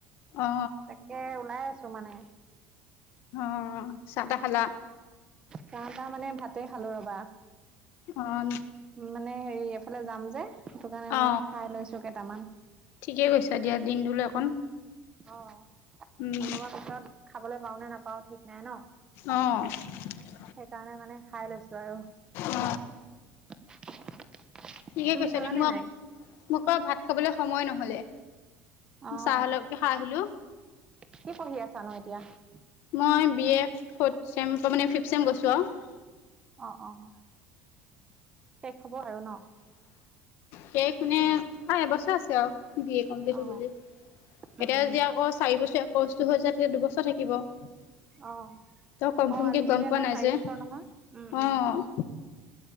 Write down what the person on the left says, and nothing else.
অঁ।
অঁ! চাহ-তাহ খালা? <inaudible>
অঁ <unintelligible>
অ
ঠিকে কৈছা দিয়া দিনটোলৈ অকণ। <unintelligible>
উম
অঁ <inaudible>
অ
ঠিকে
কৈছা
দিয়া <unintelligible> মোক-মোক
আৰু ভাত খাবলৈ সময় নহলে।
চাহ অলপকে খাই আহিলো
মই বিএ ফ'ৰ্থ চেম মানে ফিফথ চেম গৈছোঁ আৰু। <unintelligible>
শেষ মানে আৰু এবছৰ আছে আৰু বি এ কমপ্লিট
হবলে। <unintelligible>
এতিয়া
যদি আকৌ চাৰি বছৰীয়া কৰ্চটো হৈ যায় তেতিয়া দুবছৰ থাকিব। <unintelligible>
ত কনফাৰ্মকে
গম পোৱা
নাই
যে
অ',